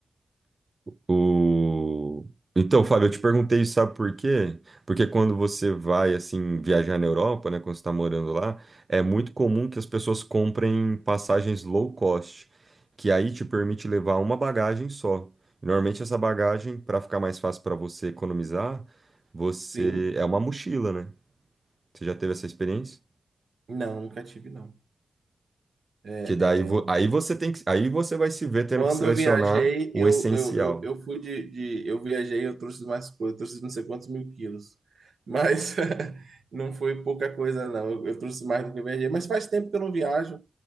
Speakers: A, on the right; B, on the right.
A: O... Então, Fábio, eu te perguntei isso, sabe por quê? Porque quando você vai, assim, viajar na Europa, né, quando você está morando lá, é muito comum que as pessoas comprem passagens low cost, que aí te permite levar uma bagagem só. Normalmente essa bagagem, para ficar mais fácil para você economizar, você
B: Sim.
A: é uma mochila, né? Você já teve essa experiência?
B: Não, nunca tive, não. É,
A: Que daí vo-
B: é,
A: aí você tem que, aí você vai se ver tendo
B: Quando
A: que selecionar
B: eu viajei,
A: o
B: eu,
A: essencial.
B: eu, eu, eu fui de, de- Eu viajei, eu trouxe mais coisa, eu trouxe não sei quantos mil quilos. Mas <laughs> não foi pouca coisa, não. Eu, eu trouxe mais do que eu viajei. Mas faz tempo que eu não viajo.